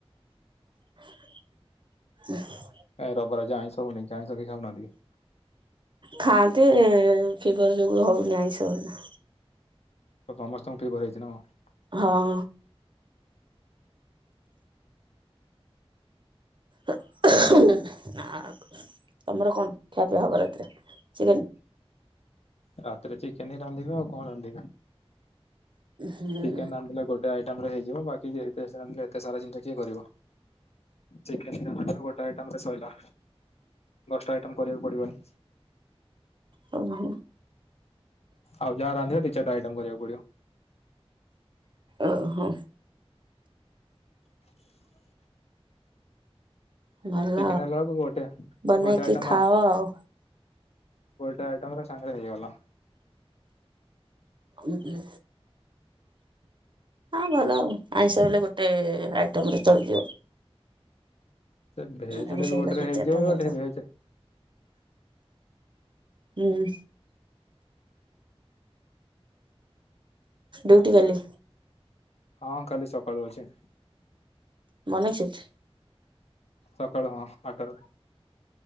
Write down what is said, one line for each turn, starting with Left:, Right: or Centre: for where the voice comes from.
Right: <inaudible>
Left: କାଇଁ ରବବାର ଆଜି ଆଇଁଷ ହୋଉନିକି ଆଇଁଷ କେଇ ଖାଉନାହାନ୍ତି କି?
Right: ଖାଆନ୍ତି ଏ ଫିବର୍ ଯୋଗୁ ହୋଉନି ଆଇଁଷ ଏଇନା।
Left: ତ ତମସ୍ତଙ୍କୁ ଫିବର୍ ହେଇଚି ନା କଣ।
Right: ହଁ। ଆଉ କ ତମର କଣ ଖିଆପିଆ ହବ ରାତିରେ ଚିକେନ୍।
Left: ରାତିରେ ଚିକେନ ହିଁ ରାନ୍ଧିବା ଆଉ କ ରାନ୍ଧିବା
Right: ହୁଁ
Left: ଚିକେନ ରାନ୍ଧିଲେ ଗୋ ତା ଏଇଟା ପରେ ହେଇଯିବ ବାକି ଯେତେ ସାନ ଏତେ ସାରା ଜିନିଷ କିଏ କରିବ ଚିକେ <unintelligible> ଟା ଆଇଟ ରେ ସଇଲା ଦଶଟା ଆଇଟମ କରିବାକୁ ପଡିବନି।
Right: ହୁଁ।
Left: ଆଜ୍ଞା ରାନ୍ଧି ଦୁି ଚାରଟା ଆଇଟମ୍ କରିବାକୁ ପଡିବ।
Right: ଓ ହୋ।
Left: <inaudible>
Right: ଭଲ
Left: ଚିକେନ ହେଲାକୁ ଗୋଟେ
Right: ବନେଇକି
Left: ଗୋଟେ ଆଇଟମ୍
Right: ଖାଅ
Left: ବାସ୍
Right: ଆଉ।
Left: ଗୋଟେ ଆଇଟମରେ ସାଙ୍ଗ ହେଇଗଲା।
Right: ଉଁ ଉଁ ହଁ ଭଲ ଆଉ ଆଇଁଷ ହେଲେ ଗୋଟେ ଆଇଟମ ରେ ଚଳିଯିବ।
Left: ସେ ଭେଜହେଲେ
Right: ଆମିଷ
Left: ବି
Right: ହେଲେ
Left: ଗୋଟେରେ
Right: ଦି
Left: ହେଇଯିବ
Right: ଚାରିଟା ଦରକାର
Left: ଗୋଟେ ଭେଜ
Right: ହୁଁ। ବୁଟ କଲି
Left: ହଁଁ କାଲି ସକାଳୁ ଅଛେ
Right: <unintelligible>
Left: ସକାଳୁ ହଁ ଆଟାରୁ।